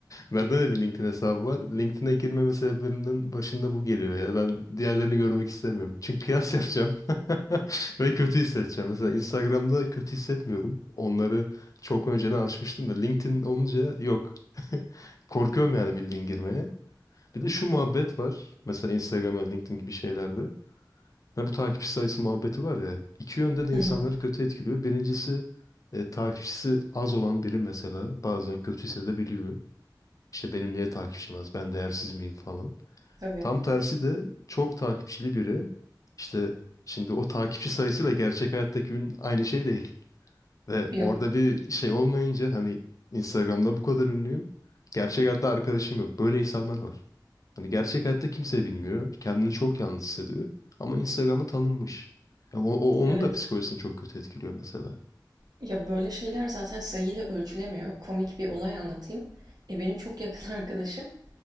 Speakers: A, on the left; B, on the right.
A: Bende de bir LinkedIn hesabı var. LinkedIn'e girmeme sebeplerinden başında bu geliyor ya. Ben diğerlerini görmek istemiyorum. Çünkü kıyas yapacağım. <laughs> Ve kötü hissedeceğim. Mesela Instagram'da kötü hissetmiyorum. Onları çok önceden alışmıştım da LinkedIn olunca yok. <laughs> Korkuyorum yani bildiğin girmeye. Bir de şu muhabbet var. Mesela Instagram'a, LinkedIn gibi şeylerde. Hani bu takipçi sayısı muhabbeti var ya. iki yönde de
B: Hı
A: insanları
B: hı,
A: kötü etkiliyor. Birincisi e, takipçisi az olan biri mesela bazen kötü hissedebiliyor. İşte benim niye takipçim az? Ben değersiz miyim falan.
B: tabii.
A: Tam tersi de çok takipçili biri işte şimdi o takipçi sayısıyla gerçek hayattaki ün aynı şey değil. Ve
B: Yok.
A: orada bir şey olmayınca hani Instagram'da bu kadar ünlüyüm. Gerçek hayatta arkadaşım yok. Böyle insanlar var. Hani gerçek hayatta kimse bilmiyor. Kendini çok yalnız hissediyor. Ama Instagram'da tanınmış. Ya o, o-
B: Evet.
A: onun da psikolojisini çok kötü etkiliyor mesela.
B: Ya böyle şeyler zaten sayıyla ölçülemiyor. Komik bir olay anlatayım. E benim çok yakın <laughs> arkadaşım